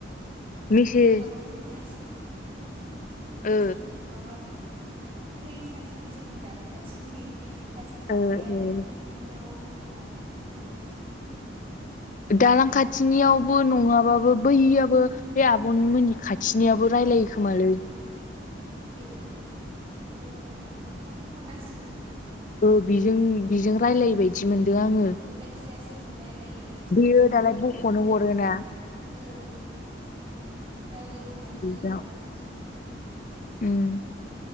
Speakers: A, on the right (about 30°); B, on the left (about 45°).
A: फन
B: मेसेज
A: हरनानैसो माबा बुंहरनांसिगोनदां
B: ओ
A: रसमि माबा ओइ सासेया जोंनि दालां खााथिनि सासे थाग्राया
B: ओ ओ
A: इखौ सि इनाव दंखोमा बेखौसो बुंहरनांसिगोन।
B: दालां खाथिनियावबो नङाबाबो बैयाबबो बे आब'मोननि खा थिनियाबो रायलायो खोमालै
A: ए अ ओं बेखौ बुंहरनांसिगोन।
B: ओ बिजों बिजों रायलायो बायदि बिदि मोनदों आङो
A: जायखिजाया सोरजों रायलायो इसोरखौ
B: बेयो दालाय बख'नो
A: राय
B: हरोना।
A: ओ ओ राय्लायहोनानै
B: बेजों
A: माबानांसिगोन
B: उम